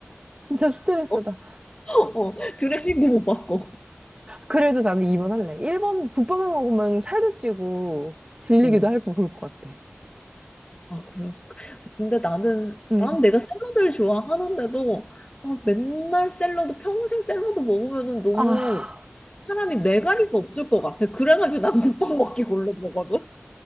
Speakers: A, on the right (about 25°); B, on the left (about 25°).
A: 진짜 스트레스다.
B: 어, 어, 드레싱도 못 바꿔.
A: 그래도 나는 2번 할래. 1번 국밥만 먹으면 살도 찌고 질리기도
B: 어.
A: 하고 그럴 것 같아.
B: 아, 그래. 근데 나는
A: 응.
B: 난 내가 샐러드를 좋아하는데도 아, 맨날 샐러드 평생 샐러드 먹으면은 너무
A: 아,
B: 사람이 매가리가 없을 것 같아. 그래가지고 난 국밥 먹기 골라 먹거든.